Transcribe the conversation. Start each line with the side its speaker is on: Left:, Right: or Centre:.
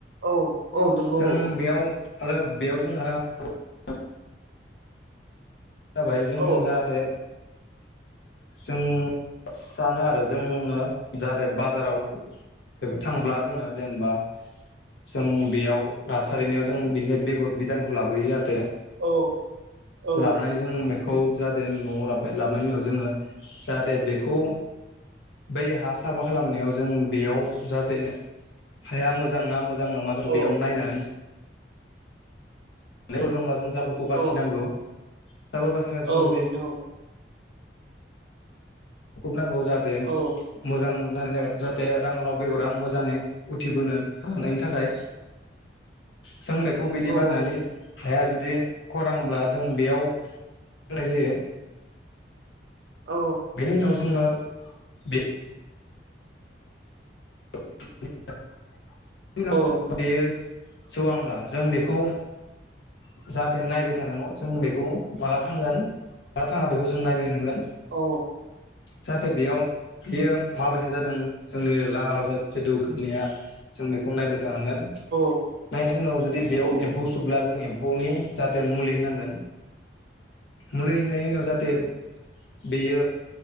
Right: औ औ नंगौ
Left: जों
Right: औ
Left: बेयाव आरो बेयाव जों आरो <unintelligible> जाबाय जों
Right: औ
Left: जाहाथे जों सानो आरो जोङो जाहाथे बाजाराव बेफोर थांब्ला जोङो जेनेबा जों बेयाव नारसारिनायाव जों बेनिफ्राय बेगर बिदानखौ लाबोयो जाहाथे
Right: औ औ
Left: लाबोनानै जों बेखौ जाहाथे न'आव लाबो लाबोनायनि उनाव जोङो जाहाथे बेखौ बै हा साफा खालामनायाव जों बेयाव जाहाथे हाया मोजांना मोजां मोां ना जों
Right: औ
Left: बेयाव नायनानै द जों <unintelligible> फुसाफोरखौ बासिनांगौ
Right: औ
Left: <unintelligible> दाबा बासिना जों
Right: औ
Left: जुदि
Right: नोंथां
Left: नांगौ जाहाथे
Right: औ
Left: मोजां जानाय जागोन जाहाथे राङालाव बेगरा मोजाङै उथिबोनो हानायनि थाखाय जों बेखौ बिदि
Right: औ
Left: बाननानै हाया जुदि खरांब्ला जों बेयावनाय जायो
Right: औ
Left: बेनि उनाव जोङो बे <unintelligible> <inaudible> बेनि
Right: औ
Left: बेयो सौ आांब्ला जों बेखौ <unintelligible> जाहाथे नायबाय थानांगौ जों बेखौ माला थांगोन ना थाङा बेखौ जों नायबाय थानांगोन।
Right: औ
Left: जाहाथे बेयाव बेयो माबायदि जादों जोंनि राङालाव जेदु गायनाया जों बेखौ नायबाय नायनि
Right: औ औ
Left: उनाव जु बेयाव
Right: औ
Left: एम्ौ सुबोब्ला ज <unintelligible> बौनि जाहाथे मुलि होनांगोन मुलि होनायनि उनाव जाहाथे बेयो